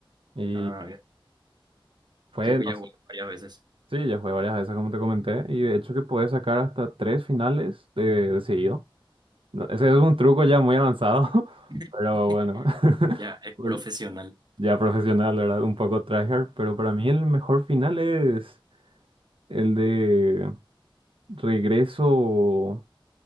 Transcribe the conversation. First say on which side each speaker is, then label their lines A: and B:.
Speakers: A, on the right (about 75°); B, on the right (about 50°).
A: y
B: Ah, ya.
A: fue,
B: sí, pues
A: no
B: ya jugó varias veces.
A: sé, sí, ya fue varias veces como te comenté y de hecho que puedes sacar hasta tres finales de, de seguido. No, ese es un truco ya muy avanzado, <laughs>
B: <laughs>
A: pero bueno, <laughs>
B: Ya es profesional.
A: el- ya profesional, ¿verdad? Un poco tryhard, pero para mí el mejor final es el de regreso,